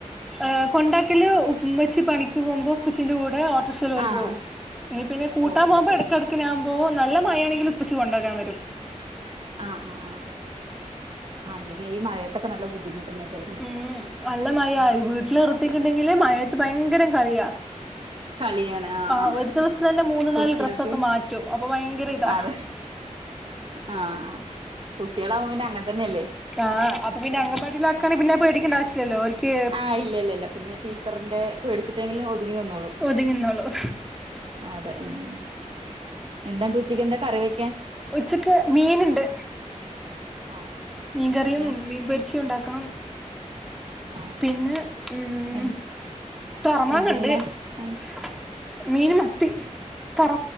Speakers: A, in the centre; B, on the right.
A: ഏ കൊണ്ടാക്കലു ഉമ്മച്ചി പണിക്ക് പോകുമ്പം ഉപ്പച്ചിന്റെ കൂടെ ഓട്ടോറിക്ഷേൽ അവര്
B: ആഹ്
A: പോം ഇനി പിന്നെ കൂട്ടാൻ
B: ഓഹ്
A: പോകുമ്പോ
B: ഓഹ്
A: ഇടക്കിടക്കെ
B: ഓഹ്
A: ഞാമ്പോവും നല്ല മഴയാണെങ്കിലിപ്പച്ചി കൊണ്ടരാൻ വരും
B: ആ ആ ആ ആ അല്ലെങ്കി ഈ മഴയത്തൊക്കെ നല്ല ബുദ്ധി ബുദ്ധിമുട്ടന്നെലെ
A: ഉം നല്ല മഴയാ വീട്ടില് ർത്തിട്ട്ണ്ടെങ്കി മഴത്ത് ഭയങ്കര കളിയാ
B: <inaudible> കളിയാണ് ആ
A: ആഹ്
B: ആ
A: ഒരു ദിവസം തന്നെ മൂന്ന് നാല്
B: കുട്ടികൾക്കും
A: ഡ്രസ്സൊക്കെ മാറ്റും അപ്പൊ ഭയങ്കര ഇതാ
B: അതെ ആഹ് ആഹ് കുട്ടികളാവുമ്പം പിന്നെ അങ്ങന തന്നെയല്ലേ
A: ആഹ് അപ്പ പിന്നെ
B: അതെ
A: അംഗൻവാടീലാ ക്കാണെ പിന്നെ പേടിക്കണ്ട ആവശ്യല്ല്യല്ലോ ഓർക്കേ
B: ആഹ് ഇല്ലില്ല ഇല്ല പിന്നെ ടീച്ചറിന്റെ പേടിച്ചിട്ടെങ്കിലും ഒതുങ്ങി നിന്നോളും
A: ഒതുങ്ങിന്നോളും
B: അതെ ഉം എന്താണ്ട് ഉച്ചക്ക് എന്താ കറി വെയ്ക്കാൻ
A: ഉച്ചക്ക് മീനുണ്ട്
B: ആഹ്
A: മീൻകറിയും
B: എന്ത് മീനാ
A: മീൻ പൊരിച്ചതും ഉണ്ടാക്കണം
B: ആഹ്
A: പിന്നെ ഉം
B: എ
A: <unintelligible>
B: എന്ത് മീനാ വാങ്ങിച്ചേ?
A: മീൻ മത്തി <unintelligible>